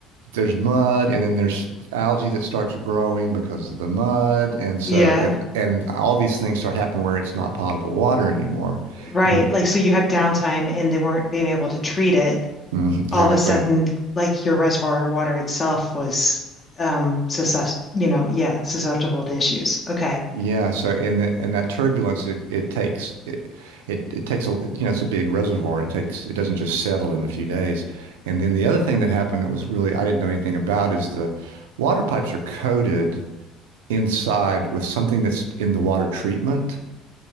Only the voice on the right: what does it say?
there's mud and then there's algae that starts growing because of the mud and so
and and all these things start happening where it's not potable water anymore.
And
mm, exactly.
Yeah, so and that and that turbulence it it takes it, it it takes a you know it's a big reservoir and it takes it doesn't just settle in a few days. And then the other thing that happened that was really I didn't know anything about is the water pipes are coated inside with something that's in the water treatment.